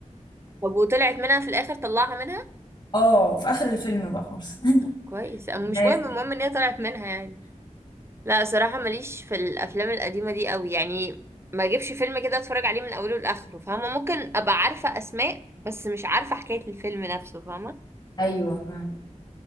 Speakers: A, on the right (about 20°); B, on the left (about 35°).
A: طب وطلعت منها في الآخر طلعها منها
B: اه في اخر الفيلم بقى خالص <laughs>
A: طب كويس أما
B: بس
A: مش مهم المهم ان هي طلعت منها يعني لا صراحة ماليش في الأفلام القديمة دي قوي يعني ما اجيبش فيلم كده اتفرج عليه من اوله لاخره فاهمه ممكن ابقى عارفه اسماء بس مش عارفه حكايه الفيلم نفسه فاهمه
B: ايوه فاهم